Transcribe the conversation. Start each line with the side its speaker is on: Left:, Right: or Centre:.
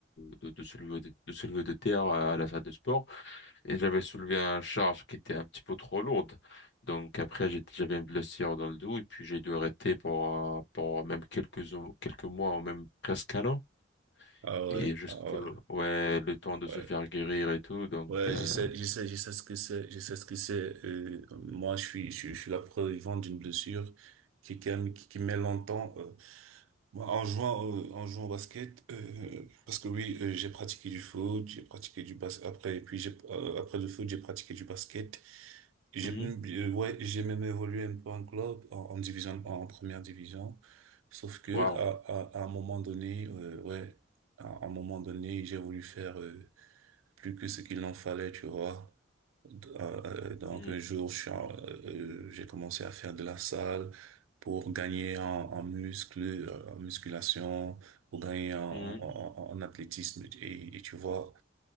Left: de, de soulevé de, de soulevé de terre à la salle de sport. Et j'avais soulevé un charge qui était un petit peu trop lourde. Donc après, j'étais- j'avais une blessure dans le dos et puis j'ai dû arrêter pour, euh, pour même quelques, quelques mois ou même presque un an.
Right: Ah ouais,
Left: Et jusque,
Right: ah ouais,
Left: ouais, le temps de
Right: ouais.
Left: se faire guérir et tout. Donc,
Right: Ouais,
Left: euh,
Right: je sais, je sais, je sais ce que c'est, je sais ce que c'est. Euh, moi, je suis, je, suis je suis la preuve vivante d'une blessure qui, qui, qui met longtemps. euh, Moi, en jouant, au- en jouant au basket, euh, parce que oui, euh, j'ai pratiqué du foot, j'ai pratiqué du basket, après, et puis j'ai, euh, après le foot, j'ai pratiqué du basket. J'ai,
Left: Mhm.
Right: euh, ouais, j'ai même évolué un peu en club, en, en division, en, première division. Sauf que,
Left: Wow.
Right: à, à, à un moment donné, euh, ouais, à, à un moment donné, j'ai voulu faire, euh, plus que ce qu'il en fallait, tu vois. Euh, euh, donc
Left: Mhm.
Right: un jour, je suis en- euh, j'ai commencé à faire de la salle pour gagner en, en muscle, euh, en musculation, pour gagner en,
Left: Mhm.
Right: en, en- en athlétisme. Et, et tu vois,